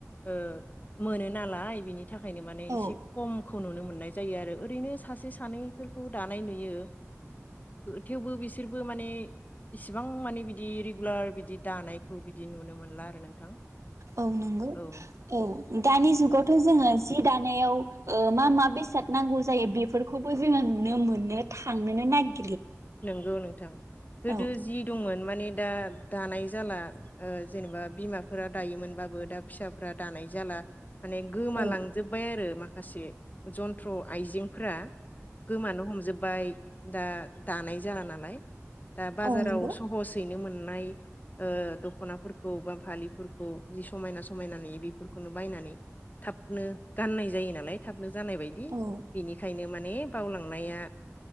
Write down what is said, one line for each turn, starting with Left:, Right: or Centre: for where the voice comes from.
Left: ओ मोन नालाय बिनि नि थाखायनो माने
Right: औ
Left: एसे खमखौ खौ नुनो मोननाय जायो आरो ओरैनो सासे सानैफोरखौ दानाय नुयोे थेवबो बिसोरबो माने इसिबां माने बिदि रेगुलार बिदि दानायखौ बि बिदि नुनो मोनला आरो नोंथां।
Right: औ नंगौ
Left: औ
Right: औ। दानि जुगावथ जोंङो जि दानायाव मा मा बेसाद नांगौ जायो बेफोरखौबो जोङो नुनो मोननो थांनोनो नागिर
Left: नोंगौ नोंथां गोदो
Right: औ
Left: जि दंमोन माने दा दानाय जाला ओ जेनेबा बिमाफोरा दायोमोनबाबो दा फिसाफोरा दानाय जाला माने गोमालांजोबबाय
Right: औ
Left: आरो मा माखासे जन्थ्र आइजें फोरा गोमानो हमजोबबाय। दा दानाय जाला नालाय। दा बाजाराव
Right: औ नंगौ
Left: सहसयैनो मोन नाय ओ दखनाफोरखौ बा फालिफोरखौ जि समायना समायना नुयो बिफोरखौनो बायनानै थाबनो गाननाय जायो नालाय थाबनो जानाय बायदि
Right: औ
Left: बेनिखायनो माने बावलांनाया